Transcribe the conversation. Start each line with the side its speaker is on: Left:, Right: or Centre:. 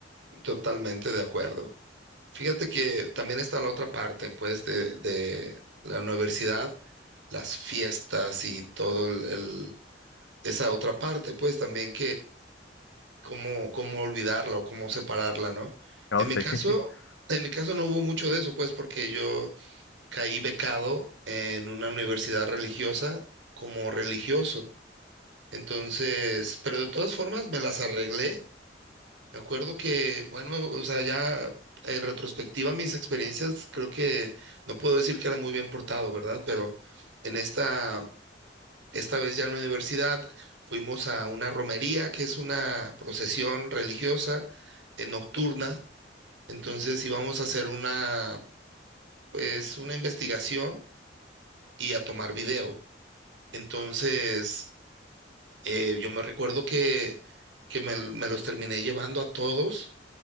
Right: totalmente de acuerdo. Fíjate que también está la otra parte, pues, de, de la universidad, las fiestas y todo el, el- esa otra parte, pues, también cómo, cómo olvidarla o cómo separarla, ¿no?
Left: Oh,
Right: En
Left: sí.
Right: mi caso,
Left: <laughs>
Right: en mi caso no hubo mucho de eso, pues, porque yo caí becado en una universidad religiosa como religioso. Entonces, pero de todas formas me las arreglé. Me acuerdo que, bueno, o sea, ya en retrospectiva mis experiencias, creo que no puedo decir que era muy bien portado, ¿verdad? Pero en esta esta vez ya en la universidad fuimos a una romería, que es una procesión religiosa eh, nocturna. Entonces íbamos a hacer una, pues, una investigación y a tomar video. Entonces, eh, yo me recuerdo que, que me, me los terminé llevando a todos